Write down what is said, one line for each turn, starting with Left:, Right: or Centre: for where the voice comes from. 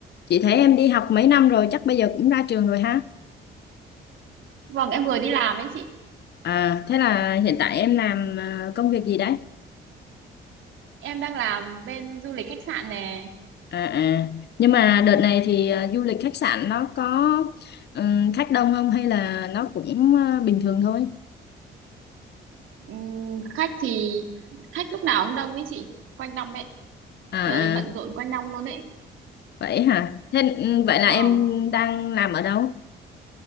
Left: Chị thấy em đi học mấy năm rồi, chắc bây giờ cũng ra trường rồi ha.
Right: Vâng, em vừa đi làm ấy chị.
Left: À, thế là hiện tại em làm à, công việc gì đấy?
Right: Em đang làm bên du lịch khách sạn nè.
Left: À, à. Nhưng mà đợt này thì à, du lịch khách sạn nó có ừm, khách đông không hay là nó cũng à, bình thường thôi?
Right: Ừm, khách thì khách lúc nào cũng đông ấy chị, quanh năm ấy.
Left: À,
Right: Trời ơi, bận
Left: à.
Right: rộn quanh năm luôn ấy.
Left: Vậy hả? Thế ừm, vậy
Right: Vâng,
Left: là em đang làm ở đâu?